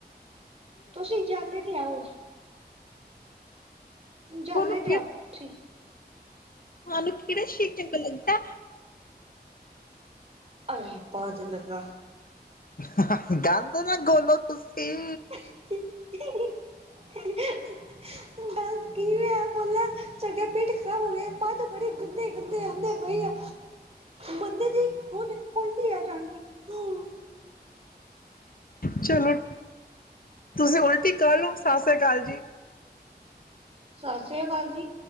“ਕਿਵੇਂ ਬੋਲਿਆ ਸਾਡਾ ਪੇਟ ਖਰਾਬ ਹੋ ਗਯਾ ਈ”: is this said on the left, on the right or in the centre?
Right